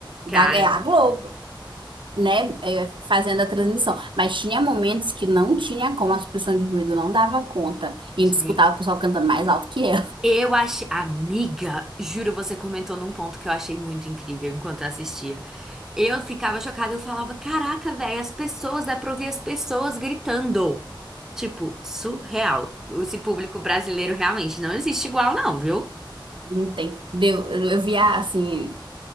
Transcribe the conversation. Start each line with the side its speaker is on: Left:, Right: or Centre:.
Right: Da,
Centre: cara.
Right: é a Globo, né? é, fazendo a transmissão. Mas tinha momentos que não tinha como, a supressão de ruído não dava conta.
Centre: Gente.
Right: E a gente escutava o pessoal cantando mais alto que ela.
Centre: Eu achei. Amiga, juro, você comentou num ponto que eu achei muito incrível enquanto eu assistia. Eu ficava chocada, eu falava, caraca, velho, as pessoas, dá pra ouvir as pessoas gritando. Tipo, surreal. Esse público brasileiro realmente não existe igual, não, viu?
Right: Não tem. Deu, eu eu vi a, assim,